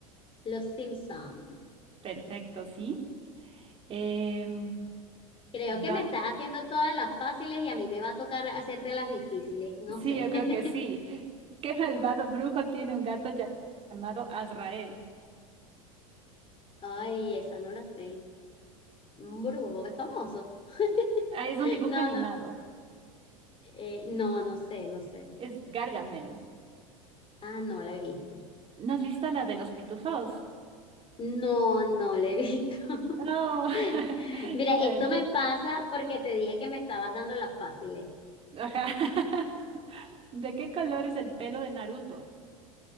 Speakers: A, on the left; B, on the right.
A: Los Simpson.
B: Perfecto, sí. Em,
A: Creo
B: va-
A: que me estás haciendo todas las fáciles y a mí me va a tocar hacerte las difíciles, no
B: sí,
A: sé.
B: yo creo
A: <laughs>
B: que sí. ¿Qué malvado brujo tiene un gato lla- llamado Azrael?
A: Ay, esa no la sé. Un brujo, es famoso. <laughs>
B: Ah, es un dibujo
A: No,
B: animado,
A: no, eh, no, no sé, no sé.
B: es Gargamel.
A: Ah, no la he visto.
B: ¿No has visto la de los pitufos?
A: No, no la he visto. <laughs>
B: No, <laughs>
A: Mira,
B: chévere.
A: esto me pasa porque te dije que me estabas dando las fáciles.
B: Ajá. <laughs> ¿De qué color es el pelo de Naruto?